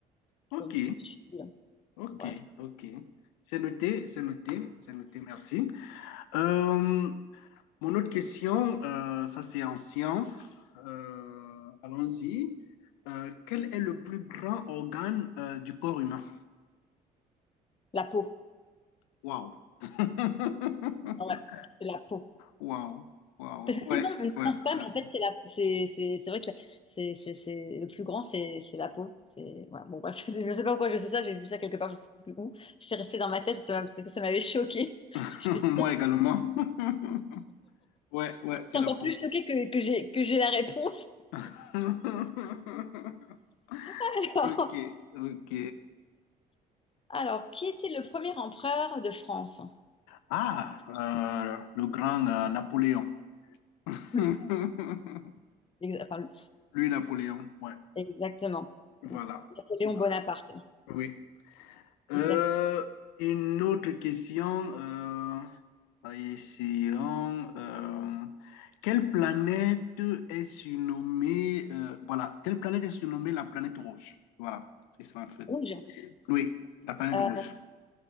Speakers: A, on the left; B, on the left.
A: Ok,
B: comme style.
A: ok,
B: Bref,
A: ok. C'est noté, c'est noté, c'est noté, merci. Euh, mon autre question, euh, ça c'est en sciences. Euh, allons-y. Euh, quel est le plus grand organe euh, du corps humain?
B: la peau.
A: Waouh. <laughs>
B: Ouais, c'est la peau.
A: Waouh, waouh.
B: Parce que souvent,
A: Ouais,
B: on ne
A: ouais,
B: pense pas,
A: c'est
B: mais
A: la peau.
B: en fait, c'est la, c'est, c'est, c'est vrai que la- c'est, c'est, c'est, le plus grand, c'est, c'est la peau. C'est, voilà. Bon, bref, <laughs> je ne sais pas pourquoi je sais ça, j'ai vu ça quelque part, je ne sais plus où. C'est resté dans ma tête, ça, m'a- ça m'avait choquée. <laughs>
A: <laughs>
B: J'étais
A: Moi également. <laughs> Ouais, ouais, c'est
B: encore
A: la peau.
B: plus choquée que, que j'ai, que j'ai la réponse.
A: <laughs>
B: <laughs>
A: Ok, ok.
B: Alors, qui était le premier empereur de France?
A: Ah, euh, le grand euh, Napoléon. <laughs>
B: Hmm. Exa- enfin,
A: Lui, Napoléon, ouais.
B: Exactement.
A: Voilà.
B: Napoléon
A: Voilà.
B: Bonaparte.
A: Oui. Euh,
B: Exactement.
A: une autre question. Euh, essayons. euh, quelle planète est surnommée, euh, voilà, quelle planète est surnommée la planète rouge? Voilà, c'est ça en fait.
B: Rouge.
A: Oui, la planète
B: Euh,
A: rouge.